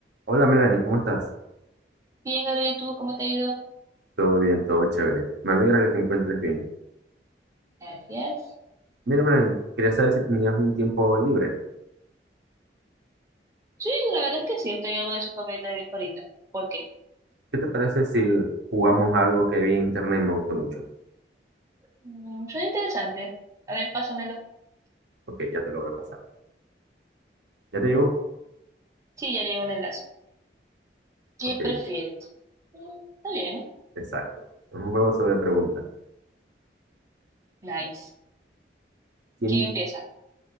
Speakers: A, on the right (about 75°); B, on the right (about 15°).
A: Hola Melanie, ¿cómo estás?
B: Bien, Gabriel, ¿y tú cómo te ha ido?
A: Todo bien, todo chévere. Me alegra que te encuentres bien.
B: Gracias.
A: Mira Melanie, quería saber si tenías un tiempo libre.
B: Sí, la verdad es que sí, estoy algo de su ahorita. ¿Por qué?
A: ¿Qué te parece si jugamos algo que vi en internet y me gustó mucho?
B: Mm, suena interesante. A ver, pásamelo.
A: Ok, ya te lo voy a pasar. ¿Ya te llegó?
B: Sí, ya llegó el enlace. ¿Qué
A: Ok,
B: prefieres? Mm, está bien.
A: exacto. Es un juego sobre preguntas.
B: Nice.
A: ¿Quién-
B: ¿Quién empieza?